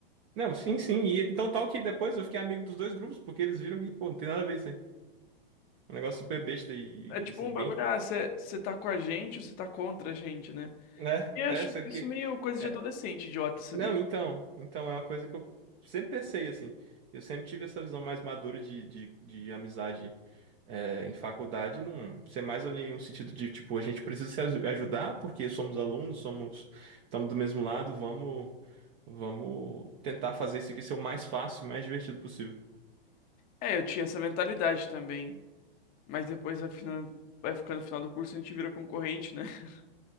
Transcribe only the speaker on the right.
Não, sim, sim. E, então, tal que depois eu fiquei amigo dos dois grupos, porque eles viram que, pô, não tem nada a ver isso aí. Um negócio super besta e,
e, assim,
bem.
Né?
É,
sendo
que.
é-
Não, então. Então é uma coisa que eu sempre pensei, assim. Eu sempre tive essa visão mais madura de, de, de amizade é, em faculdade, num, ser mais ali um sentido de, tipo, a gente precisa se aju- ajudar, porque somos alunos, somos. Estamos do mesmo lado, vamos. Vamos tentar fazer isso aqui ser o mais fácil, mais divertido possível.